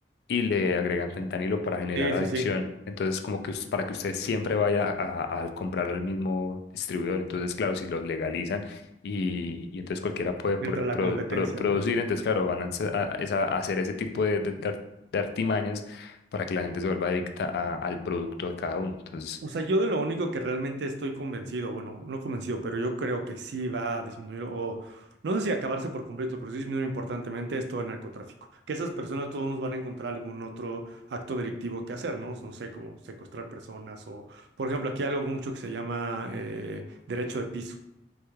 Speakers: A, on the left (about 60°); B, on the right (about 70°).
A: y le agregan fentanilo para generar
B: Sí,
A: adicción.
B: sí, sí.
A: Entonces, como que us- para que usted siempre vaya a, a comprar al mismo distribuidor. Entonces, claro, si lo legalizan y, y entonces cualquiera puede pro-
B: Entra la
A: pro-
B: competencia,
A: pro- producir,
B: ¿no?
A: entonces, claro, van a, hacer a- es a- a hacer ese tipo de, de- de ar- de artimañas para que la gente se vuelva adicta a- al producto de cada uno. Entonces,
B: O sea, yo de lo único que realmente estoy convencido, bueno, no convencido, pero yo creo que sí va a disminuir o no sé si acabarse por completo, pero sí disminuir importantemente es todo el narcotráfico. Que esas personas todos van a encontrar algún otro acto delictivo que hacer, ¿no? No sé, como secuestrar personas o, por ejemplo, aquí hay algo mucho que se llama eh, derecho de piso,